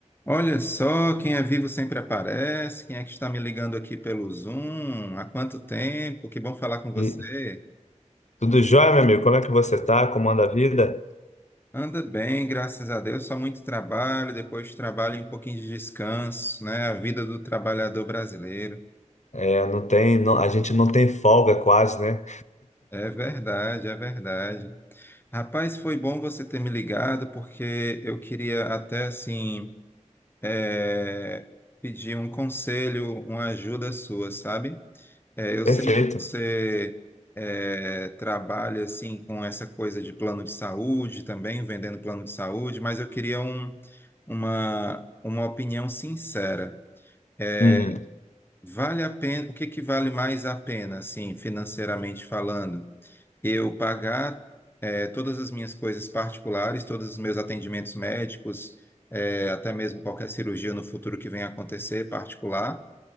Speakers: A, on the left; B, on the left.
A: Olha só, quem é vivo sempre aparece. Quem é que está me ligando aqui pelo Zoom? Há quanto tempo? Que bom falar com você.
B: E tudo jóia, meu amigo? Como é que você tá? Como anda a vida?
A: Anda bem, graças a Deus. Só muito trabalho, depois de trabalho e um pouquinho de descanso, né? A vida do trabalhador brasileiro.
B: É, não tem, não- a gente não tem folga quase, né?
A: É verdade, é verdade. Rapaz, foi bom você ter me ligado, porque eu queria até assim, eh, pedir um conselho, uma ajuda sua, sabe? É, eu
B: Perfeito.
A: sei que você é, trabalha assim com essa coisa de plano de saúde também, vendendo plano de saúde, mas eu queria um- uma, uma opinião sincera. É,
B: Uhum.
A: Vale a pena, o que que vale mais a pena, assim, financeiramente falando? Eu pagar eh, todas as minhas coisas particulares, todos os meus atendimentos médicos, eh, até mesmo qualquer cirurgia no futuro que venha a acontecer particular,